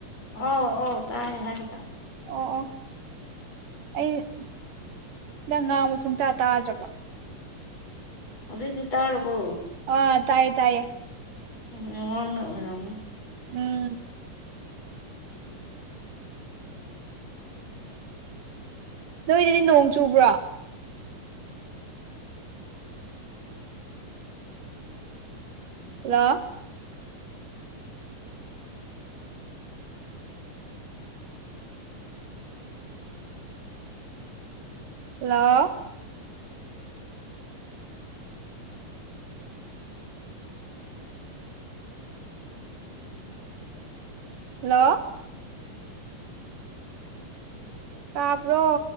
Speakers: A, on the left; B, on the right.
A: ꯑꯣ ꯑꯣ ꯇꯥꯏ ꯍꯥꯏꯦ ꯇꯀꯥ
B: ꯑꯣ ꯑꯣ ꯑꯩꯗꯪ ꯉꯥꯡꯕ ꯁꯨꯝꯇꯥ ꯇꯥꯗ꯭ꯔꯕ
A: ꯍꯧꯖꯤꯩꯗꯤ ꯇꯥꯔꯕꯨ
B: ꯑ ꯇꯥꯏꯌꯦ ꯇꯥꯏꯌꯦ
A: ꯎꯝ ꯋꯥꯅ ꯑꯣꯏꯔꯝ
B: ꯎꯝ ꯅꯣꯏꯗꯨꯗꯤ ꯅꯣꯡ ꯆꯨꯕ꯭ꯔꯣ ꯍꯂꯣ ꯍꯜꯂꯣ ꯍꯜꯂꯣ ꯇꯄꯔꯣ